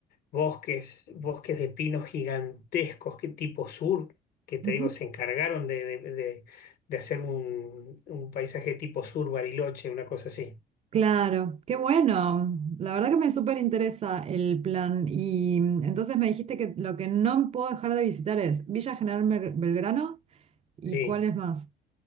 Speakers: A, on the left; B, on the right.
A: bosques, bosques de pinos gigantescos, que tipo sur, que te
B: Ujú.
A: digo, se encargaron de, de- de- de hacer un, un paisaje tipo sur Bariloche, una cosa así.
B: Claro, qué bueno. La verdad que me súper interesa el plan. Y mm, entonces me dijiste que lo que no puedo dejar de visitar es Villa General Bel- Belgrano y
A: Sí.
B: cuál es más.